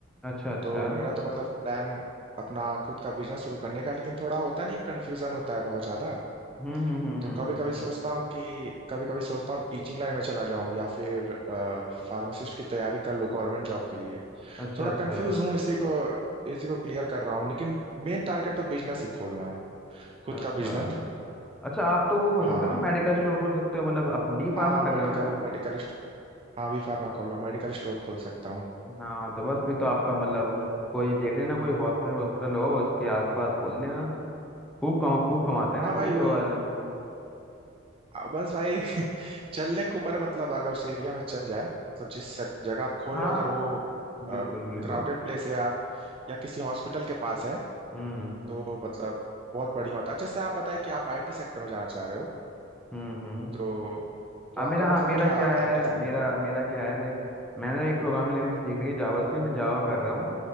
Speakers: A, in the centre; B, on the right.
A: अच्छा अच्छा
B: तो मेरा तो मतलब प्लान अपना खुद का बिजनेस शुरू करने का लेकिन थोड़ा होता नहीं कंफ्यूजन होता है बहुत ज्यादा
A: हम्म हम्म हम्म
B: तो
A: हम्म
B: कभी
A: हम्म,
B: कभी
A: हम्म।
B: सोचता हूँ कि कभी कभी सोचता हूँ टीचिंग लाइन में चला जाऊं या फिर फार्मासिस्ट की तैयारी कर लूँ गवर्नमेंट जॉब के लिए
A: अच्छा
B: थोड़ा
A: अच्छा
B: कंफ्यूज हूँ इसी को इसी को क्लियर कर रहा हूँ लेकिन मेन टारगेट तो बिजनेस ही खोलना है खुद
A: अच्छा
B: का बिजनेस
A: अच्छा आप तो वो खोल
B: हाँ
A: सकते हो ना मेडिकल स्टोर खोल सकते हो मतलब आप बी
B: हाँ
A: फार्मा
B: मेडिकल
A: कर रहे हो ना
B: मेडिकल हाँ भी फार्मा खोल रहा हूँ मेडिकल स्टोर खोल सकता हूँ
A: हाँ तो बस फिर तो आपका मतलब कोई देख लेना कोई हॉस्पिटल हॉस्पिटल हो उसके आसपास खोल लेना खूब कमा खूब कमाते हैं मेडिकल
B: हाँ भाई
A: स्टोर
B: वही
A: वाले
B: आ, बस भाई <laughs> चलने के ऊपर है, मतलब अगर उस एरिया में चल जाए मतलब जिस सक- जगह आप खोल
A: हाँ
B: लो अगर वो
A: बिल्कुल
B: क्राउडेड
A: बिल्कुल
B: प्लेस है या या किसी हॉस्पिटल के पास है
A: हम्म
B: तो मतलब बहुत बढ़िया होता अच्छा से आप बताएं कि आप आईटी सेक्टर में जाना चाह रहे हो
A: हम्म हम्म
B: तो तो
A: आ,
B: आपका
A: मेरा
B: मतलब
A: हाँ मेरा
B: क्या
A: क्या है
B: आईटी
A: मेरा मेरा क्या है देख मैंने एक प्रोग्रामिंग लैंग्वेज सीख रही है जावा से मैं जावा कर रहा हूँ